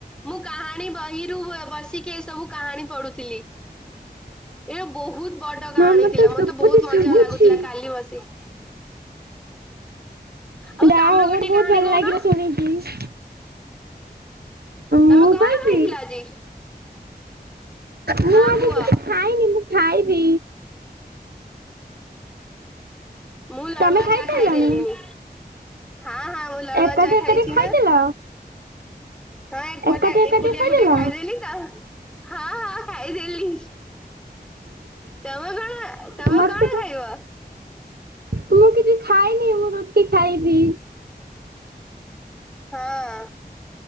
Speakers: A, in the centre; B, on the right.
A: ମୁଁ କାହାଣୀ ବହିରୁ ଏ ବସିକି ଏ ସବୁ କାହାଣୀ ପଢୁଥିଲି। ଏ ବହୁତ ବଡ କାହାଣୀ
B: ହଁ
A: ଥିଲା
B: ଶୁଭୁଛି
A: ମତେ ବହୁତ ମଜା
B: ଶୁଭୁଛି
A: ଲାଗୁଥିଲା କାଲି ବସି ଆଉ
B: ଯାହା
A: ତମେ
B: ହଉ
A: ଗୋଟେ
B: ମତେ ବହୁତ
A: କାହାଣୀ
B: ଭଲ
A: କହୁନ
B: ଲାଗିଲା ଶୁଣିକି।
A: ତମେ
B: ମୁଁ
A: କଣ
B: କହିବି
A: ଖାଇଥିଲ ଆଜି?
B: ମୁଁ
A: ହଁ
B: ଆଜି
A: କୁହ।
B: କିଛି ଖାଇନି ମୁଁ ଖାଇବି।
A: ମୁଁ ଲଡୁଆ
B: ତମେ ଖାଇସାରିଲଣି
A: ଚା ଖାଇଦେଲିଣି ହଁ ହଁ ମୁଁ ଲଡୁଆ
B: ଏକାଠି
A: ଚା ଖାଇଛି
B: ଏକାଠି ଖାଇଦେଲ
A: ନା। ହଁ ଏ କଆଟା
B: ଏକାଠି ଏକାଠି
A: ଏକୁଟିଆ
B: ଖାଇଦେଲ
A: ଏକୁଟିଆ ଖାଇଦେଲିି ତ ହଁ ହଁ ଖାଇଦେଲି। ତମ କଣ ତମେ
B: ମତେ
A: କଣ ଖାଇବ?
B: ମୁଁ କିଛି ଖାଇନି ମୁଁ ରୁଟି ଖାଇବି।
A: ହଁ